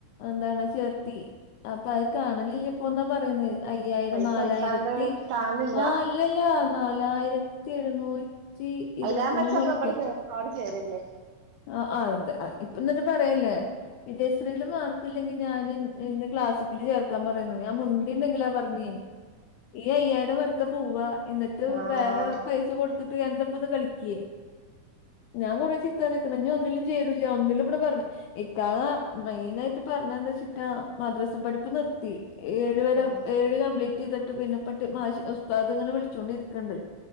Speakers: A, on the left (about 80°); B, on the right (about 80°).
A: എന്താണ് ചേർത്തി അപ്പ അത് കാൺലല്ലപ്പോന്ന പറീണ് അയ്യായ്രം
B: പൈസ
A: നാലായിരത്തി
B: കൊടുത്താണ്ട് കാൺലില്ല
A: ആഹ് അല്ലല്ലാ നാലായിരത്തി എഴ്ന്നൂറ്റി ച്ചി ഇരുപത്തിമൂന്ന്ർപ്പ്യെ
B: അയിലാറെ മെച്ചം നമ്മള് ഇബടെ ചേ അവിടെ ചേരല്ലേ
A: ആഹ് അതെ അതെ ഇപ്പ ഇന്ന്ട്ട് പറയല്ലെ വിജയശ്രീല് മാർക്കില്ലെങ്കി ഞാന് എന്നെ ക്ലാസിക്കല് ചേർക്കാം പറയ്ന്ന് ഞാൻ മുണ്ടുണ്ടെങ്കില ആഹ് പറ്ഞ്ഞീന്ന് ഈ അയ്യായ്രം വെറുത പോവ എന്ന്ട്ട്
B: ആഹ്
A: വേറെ പൈസ കൊട്ത്ത്ട്ട് എന്തപ്പത് കളിക്കെ ഞാ കൊറെ ചിത്ത പർഞ്ക്ണ് ഞിഒന്നിലും ചേരൂല്ല ഒന്നിലും ഇവടെ പറ്ഞ്ഞെ ഇക്കാക്ക മെയ്നായ്റ്റ് പറഞ്ഞെന്തച്ചിട്ടാ മദ്രസ പഠിപ്പ് നിർത്തി ഏഴ് വരെ
B: ആഹ്
A: ഏഴ് കംപ്ലീറ്റ് ചെയ്തിട്ട് പിന്നെ പട്ട് മാഷി ഉസ്താദ ഇങ്ങനെ വിളിച്ചൊണ്ടിരിക്കണ്ട്